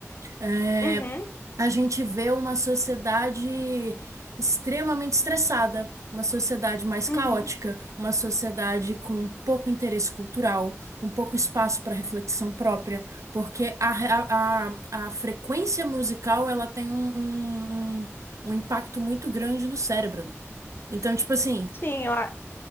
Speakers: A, on the right; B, on the left.
A: é,
B: uhum, uhum,
A: a gente vê uma sociedade extremamente estressada, uma sociedade mais
B: uhum.
A: caótica, uma sociedade com pouco interesse cultural, com pouco espaço para reflexão própria, porque a, re- a, a, a frequência musical ela tem um, um, um um impacto muito grande no cérebro, né? Então, tipo assim,
B: Sim, eu, a-